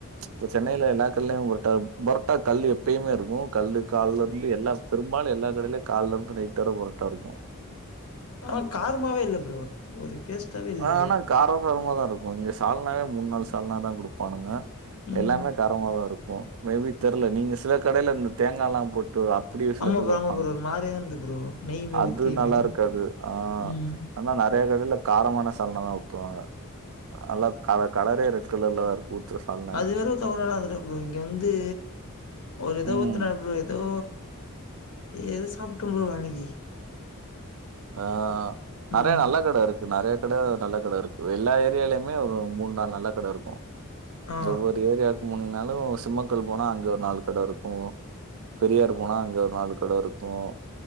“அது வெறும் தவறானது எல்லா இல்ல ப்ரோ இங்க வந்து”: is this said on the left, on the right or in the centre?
Left